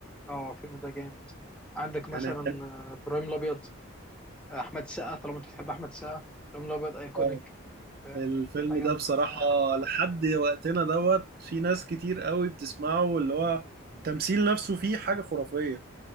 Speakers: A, in the centre; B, on the right.
A: آه، الفيلم ده جامد عندك مثلا
B: يعني كان
A: آه، إبراهيم الأبيض آه، أحمد السقا طالما أنت بتحب أحمد السقا إبراهيم الأبيض أيكونيك
B: آه،
A: فاهم
B: الفيلم
A: حاجة
B: ده
A: من
B: بصراحة
A: آه،
B: لحد وقتنا دوت في ناس كتير قوي بتسمعه واللي هو التمثيل نفسه فيه حاجة خرافية